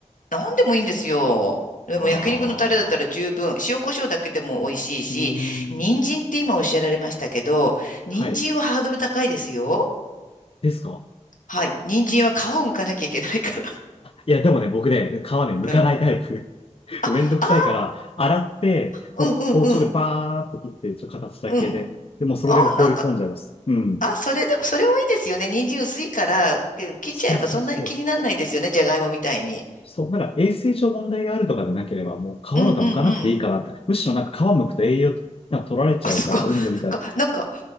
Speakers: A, on the left (about 85°); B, on the left (about 45°).
A: 何でもいいんですよ。でも焼肉のタレだったら十分、
B: ああ、
A: 塩コショウだけでも美味しいし、
B: うーん。
A: 人参って今おっしゃられましたけど、人参はハードル高いですよ。
B: はい。ですか
A: はい。人参は皮を剥かなきゃいけないから。
B: いや、でもね、僕ね、皮ね、剥かないタイプ。
A: <laughs> うん。
B: <laughs>
A: あ、
B: めんどくさいから、
A: あ
B: 洗って、
A: あ、
B: もう包丁でバーって切って、
A: うんうんうん。
B: ちょっと形だけで。
A: うん。
B: でもうそれでも放り込んじゃいます。
A: あ、なんか、
B: うん。
A: あ、それでも、それもいいですよね。人参薄いから、うん切っちゃえばそんなに気にならないですよね。
B: そうそうそう。
A: じゃがいもみたいに。
B: そう、まだから衛生上問題があるとかでなければ、もう皮とか剥かなくていいかなって。
A: うんうんうん。
B: むしろなんか皮剥くと栄養となんか取られちゃうから、
A: あ、そこ、
B: うんぬみたいな。
A: <laughs> なんか、なんか、